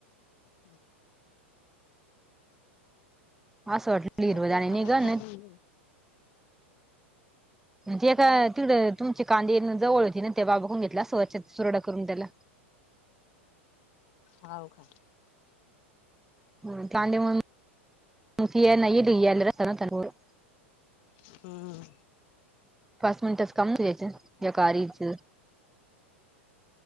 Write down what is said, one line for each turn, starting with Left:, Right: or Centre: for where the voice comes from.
Left: <inaudible>
Centre: असं वाटलं
Left: चला
Centre: हिरव
Left: ते
Centre: दाणे
Left: करायचं
Centre: निघल
Left: <unintelligible>
Centre: जे काय
Left: हा
Centre: तिकडं तुमचे कांदे इथनं जवळ होती ना तेव्हा बघून घेतला स्वच्छ सुरडा करून त्याला.
Left: हाव का
Centre: <unintelligible>
Left: हम्म
Centre: पाच मिनिटाचं काम द्यायचं, या कारीचं.